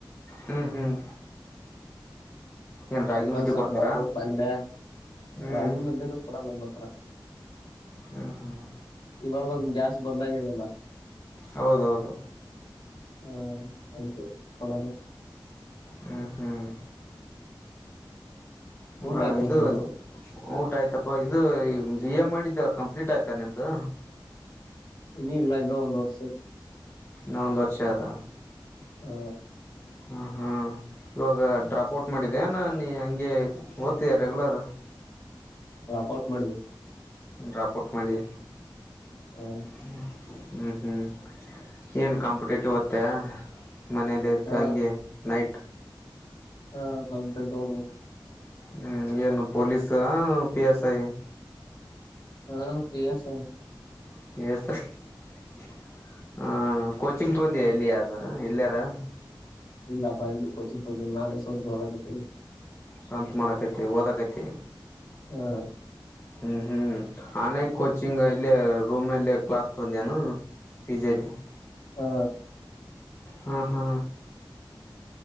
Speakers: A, on the left; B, on the left.
A: ಹ್ಮ್ ಹ್ಮ್ ಏನ್ ರಾಗಿ
B: ಅನ್ನ
A: ಮುದ್ದಿ
B: ಸಾಂಬಾರು
A: ಕೊಡ್ತಾರಾ
B: ಪಲ್ಯ
A: ಹ್ಮ್
B: ರಾಗಿ ಮದ್ದನ ಕೊೂಡಲ್ಲ ನಮ್ಮ ಹತ್ರ
A: ಹ್ಮ್ ಹ್ಮ್
B: ಇವಾಗ ಒಂದ್ ಗ್ಯಾಸ್ ಬಂದ್ ಆಗಿದೆಲ್ಲ
A: ಹೌದೌದು
B: ಹಾ ಅದು ಕೊಡ
A: ಹ್ಮ್ ಹ್ಮ್
B: ಊಟ
A: ಹಾ
B: ಆಯ್ತಾ
A: ಇದು
B: ಪ್ರಭು
A: ಊಟ ಆಯ್ತಪ್ಪ ಇದು ಬಿ ಎ ಮಾಡಿದ್ದೇವ ಕಂಪ್ಲೀಟ್ ಆಯ್ತಾ ನಿ್ದು
B: ಇನ್ನ ಇಲ್ಲ ಇನ್ನೊ ಒಂದ್ ವರ್ಷ
A: ನೊಂದು ವರ್ಷ ಆದ
B: ಹ್ಮ
A: ಹ್ಮ ಹ್ಮ್ ಇವಾಗ ಡ್ರಾಪ್ ಔಟ್ ಮಾಡಿದೆ ನ ನೀ ಹಂಗೆ ಓದ್ತಿದಯ ರೆಗ್ಯುಲರ್
B: ವಾಪ್ ಔಟ್ ಮಾಡಿದಿ
A: ಡ್ರಾಪೋಟ್ ಮಾಡಿ.
B: ಹಾ
A: ಹ್ಮ ಹ್ಮ್ ಹ್ಮ್ ಏನ್ ಕಾಂಪಿಟೇಟಿವ್ <unintelligible> ಮನೆ <unintelligible>
B: ಹ
A: ಗಂಗೆ ನೈಟ್.
B: ಹಾ <unintelligible> ಹಓದ್ಬೇಕು.
A: ಹ್ಮ್ ಏನು ಪೊಲೀಸ್ ಪಿ ಎಸ್ ಐ.
B: ಆಹ್ಹ್ ಪಿ ಎಸ್ ಐ.
A: <unintelligible> <unintelligible>
B: ಇಲ್ಲಾಪ್ಪ ಇಲ್ಲಿ ಕೋಚಿಂಗ್ <unintelligible> ನಾನೇ <unintelligible>
A: ಕಾಂತ್ ಮಾಡಕೈತೆ ಓದಕೈತೆ.
B: <unintelligible>
A: ಹ್ಮ್ ಹ್ಮ್ ಆನ್ಲೈನ್ ಕೋಚಿಂಗ್ ಇಲೇ ರೂಮಲೇ ಕ್ಲಾಸ್. <unintelligible>
B: ಹಾ
A: ಹಾ ಹಾ